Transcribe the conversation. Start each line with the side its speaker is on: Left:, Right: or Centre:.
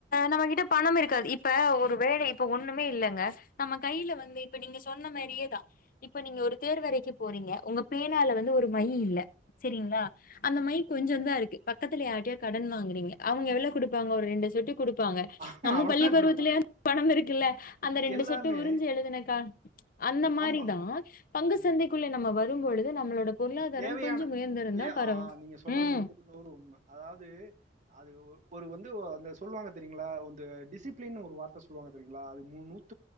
Left: நம்ம கிட்ட பணம் இருக்காது இப் இப்ப ஒரு வேலை இப்ப ஒண்ணுமே இல்லைங்க நம்ம கையில வந்து இப்ப நீங்க சொன்ன மாதிரியேதான் இப்ப நீங்க ஒரு தேர் வரைக்கு போறீங்க உங்க பேனால வந்து ஒரு மை இல்ல சரிங்களா அந்த மை கொஞ்சம் தான் இருக்கு பக்கத்துல யாரிட்டயோ கடன் வா ங்க அவங்க எவ்ளோ கொடுப்பாங்க ஒரு ரெண்டு சொட்டு கொடுப்பாங்க
Right: ஆமா
Left: நம்ம
Right: அவ்ளதா
Left: பள்ளி பருவத்துலய
Right: குடுப்பாங்க
Left: பணம் இருக்குல்ல அந்த
Right: இது
Left: ரெண்டு
Right: எல்லாமே
Left: சொட்டு உறிஞ்சு எழுதுனெக்கா அந்த மாரிதான்
Right: ஆமா
Left: பங்கு
Right: ம்
Left: சந்தைக்குள்ள நம்ம வ வரும்பொழுது நம்மளோட பொருளாதாரம்
Right: தேவையான
Left: கொஞ்சம் உயர்ந்திருந்தா
Right: ஏ
Left: பரவா
Right: ஆஹ நீங்க சொன்னது
Left: ம்
Right: நூத்துக்குணூறு உண்மை அதாவது அது ஒரு வந்து அந்த சொல்லுவாங்க தெரியுங்களா வந்து டிஸ் டிசிப்லின்னு ஒரு வார்த்த சொல்லு வாங்க தெரியுங்களா அது ம்முணுத்